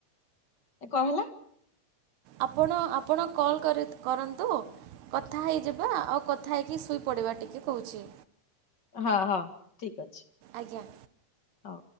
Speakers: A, on the left; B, on the right.
A: କଣ ହେଲା।
B: ଆପଣ ଆପଣ କଲ୍ କର କରନ୍ତୁ କଥା ହେଇଯିବା ଆଉ କଥା ହେଇକି ସୁଇପ ପଡ଼ିବା ଟିକେ କହୁଛି।
A: ହଁ ହଁ ଠିକ ଅଛି।
B: ଆଜ୍ଞା।
A: ହଉ।